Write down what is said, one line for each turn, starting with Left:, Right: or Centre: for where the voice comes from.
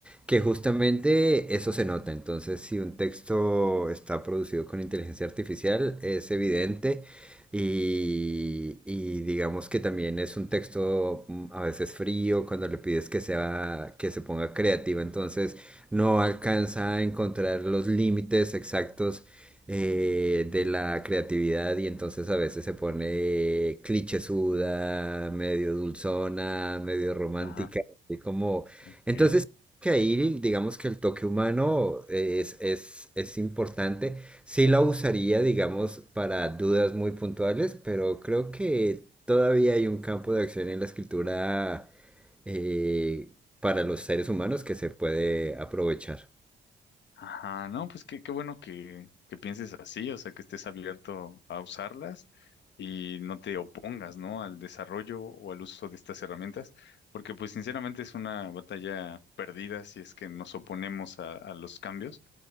Centre: que justamente eso se nota. Entonces, si un texto está producido con inteligencia artificial, es evidente y, y digamos que también es un texto mm, a veces frío cuando le pides que sea, que se ponga creativa, entonces no alcanza a encontrar los límites exactos eh, de la creatividad y entonces a veces se pone clichésuda, medio dulzona, medio romántica,
Left: Ajá,
Centre: y como...
Left: ok.
Centre: Entonces, que ahí digamos que el toque humano eh, es, es, es importante. Sí la usaría, digamos, para dudas muy puntuales, pero creo que todavía hay un campo de acción en la escritura eh, para los seres humanos que se puede aprovechar.
Left: Ajá, no, pues qué, qué bueno que, que pienses así, o sea, que estés abierto a usarlas y no te opongas, ¿no? al desarrollo o al uso de estas herramientas, porque pues sinceramente es una batalla perdida si es que nos oponemos a, a los cambios